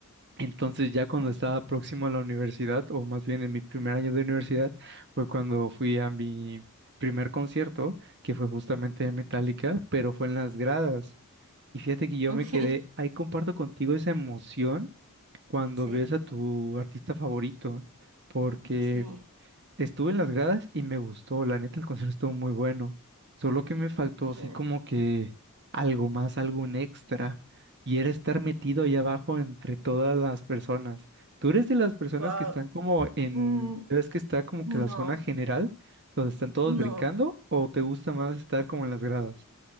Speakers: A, on the right; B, on the right.
A: Entonces ya cuando
B: claro.
A: estaba próximo a la universidad, o más bien en mi primer año de universidad, fue cuando fui a mi primer concierto, que fue justamente de Metallica, pero fue en las gradas. Y fíjate que yo
B: Ok,
A: me quedé, ahí comparto contigo esa emoción cuando
B: sí,
A: ves a tu artista favorito, porque
B: sí.
A: estuve en las gradas y me gustó, la neta el concierto estuvo muy bueno, solo que me faltó
B: qué
A: así
B: bueno.
A: como que algo más, algún extra, y era estar metido ahí abajo entre todas las personas. Tú eres de las personas
B: Wow.
A: que están como en,
B: Mm,
A: ¿ves que está como que la
B: no,
A: zona general, donde están todos
B: no.
A: brincando, o te gusta más estar como en las gradas?